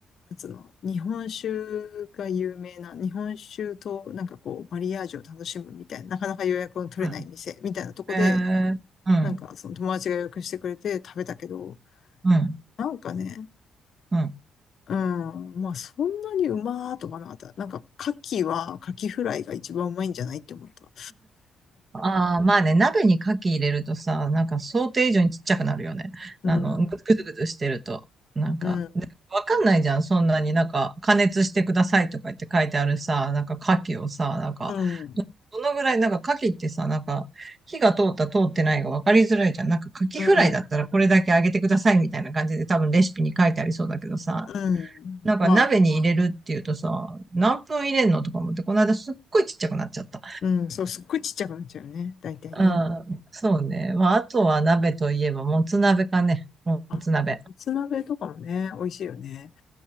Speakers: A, on the left (about 60°); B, on the right (about 35°).
A: なんつうの、日本酒が有名な、日本酒となんかこう、マリアージュを楽しむみたいな、なかなか予約の取れない店みたいなとこで、
B: ん。へえ、うん、
A: なんかその友達が予約してくれて食べたけど、
B: うん、
A: なんかね、
B: うん。
A: うん。まあ、そんなにうまーとかなかった。なんか、牡蠣は、牡蠣フライが一番うまいんじゃないって思った。
B: ああ、まあね、鍋に牡蠣入れるとさ、なんか想定以上にちっちゃくなるよね。
A: うん、
B: あの、ぐズぐズぐつしてると。なんか、
A: うん、
B: でわかんないじゃん。そんなになんか、加熱してくださいとか言って書いてあるさ、なんか牡蠣をさ、なんか、
A: うん、
B: どどのぐらい、なんか牡蠣ってさ、なんか、火が通った通ってないが分かりづらいじゃん。なんか牡蠣フライだったらこれだけ揚げてくださいみたいな感じで多分レシピに書いてありそうだけどさ、
A: うん、うん。
B: なんか鍋に入れるっていうとさ、
A: まあね。
B: 何分入れんのとか思って、この間すっごいちっちゃくなっちゃった。
A: うん、そう、すっごいちっちゃくなっちゃうよね。大体ね。
B: ああ、そうね。まあ、あとは鍋といえば、もつ鍋かね。もつ鍋。
A: あ、もつ鍋とかもね、美味しいよね。